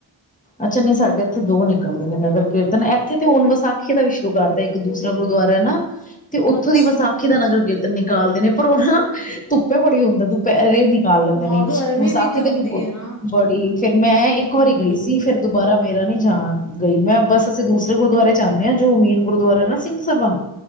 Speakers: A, on the left; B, on the left.
A: ਅੱਛਾ ਨੀਂ ਸਾਡੇ ਇੱਥੇ ਦੋ ਨਿਕਲਦੇ ਨੇ ਨਗਰ ਕੀਰਤਨ ਇੱਥੇ ਤੇ ਹੁਨ ਵਿਸਾਖੀ ਦਾ ਵੀ ਸ਼ੁਰੂ ਕਰਦਾ ਇੱਕ ਦੂਸਰਾ ਗੁਰਦੁਆਰਾ ਨਾ ਤੇ ਉੱਥੋਂ
B: ਅੱਛਾ
A: ਦੀ ਵਿਸਾਖੀ ਦਾ ਨਗਰ ਕੀਰਤਨ ਨਿਕਾਲਦੇ ਨੇ। ਪਰ ਉਹ ਨਾ ਧੁੱਪੇ ਬੜੀ ਹੁੰਦਾ ਦੁਪਹਿਰੇ ਨਿਕ ਕਰ ਲੈਂਦੇ
B: ਹਾਂ
A: ਨੇ
B: ਗਰਮੀ
A: ਤੇ ਵਿਸਾਖੀ
B: ਹੁੰਦੀ
A: ਤੇ ਵੀ ਬੋਤ
B: ਹੈ ਨਾ
A: ਬੜੀ ਫੇਰ ਮੈਂ
B: ਹਮ
A: ਇੱਕ ਇੱਕ ਵਾਰੀ ਗਈ ਸੀ ਫਿਰ ਦੁਬਾਰਾ ਮੇਰਾ ਨੀ ਜਾ ਗਈ ਮੈਂ ਬਸ ਅਸੀਂ ਦੂਸਰੇ ਗੁਰਦੁਆਰੇ ਜਾਂਨੇ ਆਂ ਜੋ ਮੇਨ ਗੁਰਦੁਆਰਾ ਨਾ ਸਿੰਘ ਸਭਾ